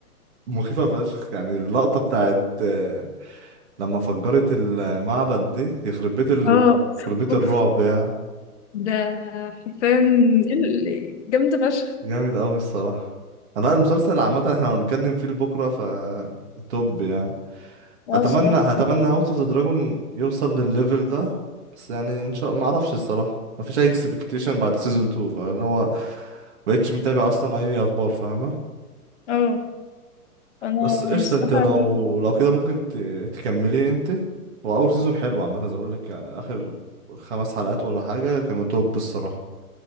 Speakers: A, on the right; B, on the left.
A: مخيفة فشخ يعني اللقطة بتاعت آه، لما فجرت المعبد دي يخرب بيت ال...
B: اه اوف
A: يخرب بيت
B: اوف
A: الرعب يعني
B: ده حرفيا ال- جامدة فشخ
A: جامد أوي الصراحة أنا المسلسل عامة احنا هنتكلم فيه بكرة ف توب يعني
B: اه
A: اتمنى
B: الصراحة
A: هتمنى هاوس اوف ذا دراجون يوصل للليفل ده بس يعني ان شاء ما اعرفش الصراحه ما فيش اي اكسبكتيشن بعد سيزون 2 فاللي هو بقتش متابع اصلا اي اخبار فاهمه
B: اه انا
A: بس قشطه
B: الصراحة
A: انت لو
B: يعني
A: لو كده ممكن ت... تكملي انت هو اول سيزون حلو عامه زي ما بقول لك يعني اخر خمس حلقات ولا حاجه كانوا توب الصراحه